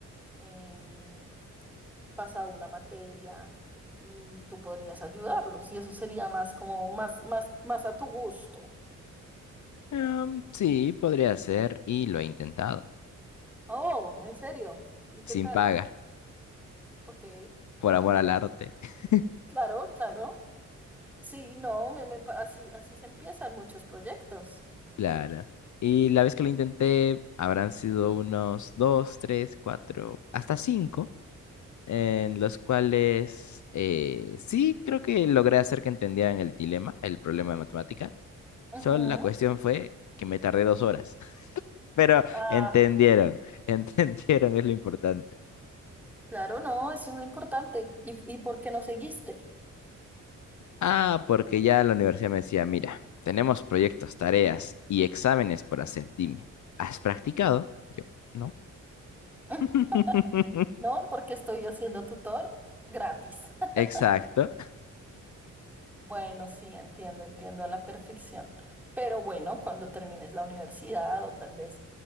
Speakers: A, in the centre; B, on the left.
A: em, pasado una materia y tú podrías ayudarlos y eso sería más como más, más, más a tu gusto.
B: Em, sí, podría ser y lo he intentado.
A: Oh, ¿en serio? ¿Y
B: Sin
A: qué tal?
B: paga,
A: Ok,
B: por amor al arte. <laughs>
A: claro, claro. Sí, no, me, me pa- así, así se empiezan muchos proyectos.
B: Claro. Y la vez que lo intenté, habrán sido unos dos, tres, cuatro, hasta cinco, en los cuales eh, sí creo que logré hacer que entendieran el dilema, el problema de matemática.
A: Ujú.
B: Solo la cuestión fue que me tardé dos horas, <laughs> pero
A: Ah,
B: entendieron, <laughs> entendieron es lo importante.
A: claro, no, eso es lo importante. ¿Y, y por qué no seguiste?
B: Ah, porque ya la universidad me decía, mira, tenemos proyectos, tareas y exámenes por hacer. Dime, ¿has practicado? Yo, no. <laughs>
A: Mm, No, porque estoy haciendo tutor gratis. <laughs>
B: Exacto.
A: Bueno, sí, entiendo, entiendo a la perfección. Pero bueno, cuando termines la universidad o tal vez